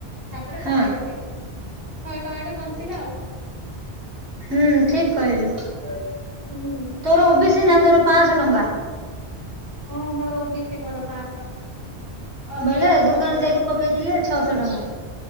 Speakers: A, on the right (about 60°); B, on the right (about 85°).
A: ତାପରେ
B: ହଁ
A: ପକେଇଦେଲିି। ଶହେ ଟଙ୍କା ଟେ ବଞ୍ଚିଲା ଆଉ।
B: ହୁଁ ଠିକ କହିଲୁ।
A: <inaudible> ହୁଁ
B: ତୋର ଓବିସି ନା ତୋର ପାଞ୍ଚଶହ ଟଙ୍କା।
A: ହଁ ମୋର ଓବିଶି ମୋର ପାଞ୍ଚଶହ ଅଞ୍ଜଳିକୁ
B: ବୋଇଲେ ଦୋକାନ
A: ଧନ୍ୟବାଦ୍।
B: ଯାଇକି ପକେଇଥିଲେ ଛଅଶହ ଟଙ୍କା।